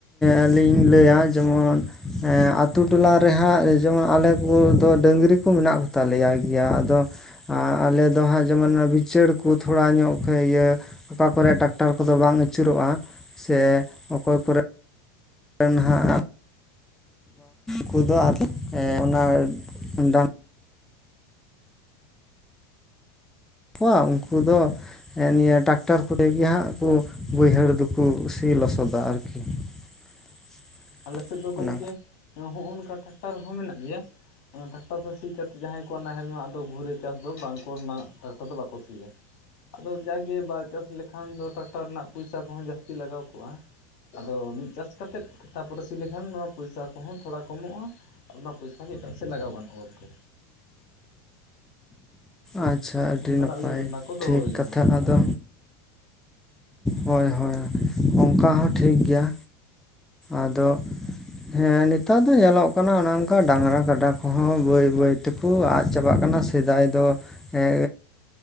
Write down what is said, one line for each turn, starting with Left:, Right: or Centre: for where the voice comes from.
Centre: ᱟᱹᱞᱤᱧ ᱞᱟᱹᱭ ᱟ ᱡᱮᱢᱚᱱ ᱦᱮᱸ ᱟᱹᱛᱩ ᱴᱚᱞᱟ ᱨᱮᱦᱟᱸᱜ ᱡᱮᱢᱚᱱ ᱟᱞᱮ ᱠᱚᱫᱚ ᱰᱟᱹᱝᱨᱤ ᱠᱚ ᱢᱮᱱᱟᱜ ᱠᱚᱛᱟᱞᱮᱭᱟ ᱜᱮᱭᱟ ᱟᱫᱚ ᱟᱨ ᱟᱞᱮ ᱫᱚ ᱦᱟᱸᱜ ᱡᱮᱢᱚᱱ ᱵᱤᱪᱟᱹᱲ ᱠᱚ ᱛᱷᱚᱲᱟ ᱧᱚᱜ ᱤᱭᱟᱹ ᱚᱠᱟ ᱠᱚᱨᱮ ᱴᱟᱠᱴᱟᱨ ᱠᱚᱫᱚ ᱵᱟᱝ ᱟᱹᱪᱩᱨᱚᱜᱼᱟ ᱥᱮ ᱚᱠᱚᱭ ᱠᱚᱨᱮ ᱦᱟᱜ ᱠᱩᱫᱚ ᱟᱨ ᱚᱱᱟ ᱰ <unintelligible> ᱠᱚᱣᱟ ᱩᱱᱠᱩ ᱫᱚ ᱦᱮᱸ ᱱᱤᱭᱟᱹ ᱴᱟᱠᱴᱟᱨ ᱠᱚᱨᱮ ᱜᱮ ᱦᱟᱸᱜ ᱠᱚ ᱵᱟᱹᱭᱦᱟᱹᱲ ᱫᱚᱠᱚ ᱥᱤ ᱞᱚᱥᱚᱫᱟ ᱟᱨᱠᱤ᱾ <inaudible>
Left: ᱟᱞᱮ ᱥᱮᱫ ᱫᱚ ᱜᱚᱢᱠᱮ
Centre: ᱚᱱᱟ
Left: ᱦᱚᱜᱼᱚ ᱱᱚᱝᱠᱟ ᱴᱨᱟᱠᱴᱟᱨ ᱦᱚᱸ ᱢᱮᱱᱟᱜ ᱜᱮᱭᱟ ᱴᱨᱟᱠᱴᱟᱨ ᱴᱨᱟᱠᱴᱟᱨ ᱛᱮ ᱥᱤ ᱠᱟᱛᱮᱫ ᱡᱟᱦᱟᱸᱭ ᱠᱚᱣᱟᱜ ᱱᱟᱦᱮᱞ ᱨᱮᱱᱟᱜᱫᱚ ᱜᱷᱩᱨᱟᱹ ᱪᱟᱥ ᱫᱚ ᱵᱟᱝᱠᱚ ᱨᱮᱱᱟᱜ ᱴᱨᱟᱠᱴᱟᱨ ᱫᱚ ᱵᱟᱠᱚ ᱥᱤᱭᱟ᱾ ᱟᱫᱚ ᱡᱟᱜᱮ ᱵᱟᱭ ᱪᱟᱥ ᱞᱮᱠᱷᱟᱱ ᱫᱚ ᱴᱨᱟᱠᱴᱟᱨ ᱨᱮᱱᱟᱜ ᱯᱚᱭᱥᱟ ᱠᱚᱦᱚᱸ ᱡᱟᱹᱥᱛᱤ ᱞᱟᱜᱟᱣ ᱠᱚᱜᱼᱟ ᱟᱫᱚ ᱢᱤᱫ ᱪᱟᱥ ᱠᱟᱛᱮᱫ ᱛᱟᱯᱚᱨᱮ ᱥᱤ ᱞᱮᱠᱷᱟᱱ ᱱᱚᱣᱟ ᱯᱚᱭᱥᱟ ᱠᱚᱦᱚᱸ ᱛᱷᱚᱲᱟ ᱠᱚᱢᱚᱜᱼᱟ ᱟᱨ ᱚᱱᱟ ᱯᱚᱭᱥᱟ ᱜᱮ ᱮᱴᱟᱜ ᱥᱮᱫ ᱞᱟᱜᱟᱣ ᱜᱟᱱᱚᱜᱼᱟ ᱦᱚᱭ ᱛᱚ᱾
Centre: ᱟᱪᱪᱷᱟ ᱟᱹᱰᱤ
Left: ᱚᱱᱠᱟᱱᱟᱜ
Centre: ᱱᱟᱯᱟᱭ
Left: ᱩᱭᱦᱟᱹᱨ ᱵᱷᱟᱵᱽᱱᱟ ᱠᱚ ᱫᱚᱦᱚ
Centre: ᱴᱷᱤᱠ
Left: ᱦᱩᱭ
Centre: ᱠᱟᱛᱷᱟ
Left: ᱟᱠᱟᱱᱟ
Centre: ᱟᱫᱚ ᱦᱳᱭ ᱦᱳᱭ ᱚᱱᱠᱟ ᱦᱚᱸ ᱴᱷᱤᱠ ᱜᱮᱭᱟ ᱟᱫᱚ ᱦᱮᱸ ᱱᱮᱛᱟᱨ ᱫᱚ ᱧᱮᱞᱚᱜ ᱠᱟᱱᱟ ᱚᱱᱮ ᱚᱱᱠᱟ ᱰᱟᱝᱨᱟ ᱠᱟᱰᱟ ᱠᱚᱦᱚᱸ ᱵᱟᱹᱭ ᱵᱟᱹᱭ ᱛᱮᱠᱚ ᱟᱫ ᱪᱟᱵᱟᱜ ᱠᱟᱱᱟ ᱥᱮᱫᱟᱭ ᱫᱚ ᱦᱮᱸ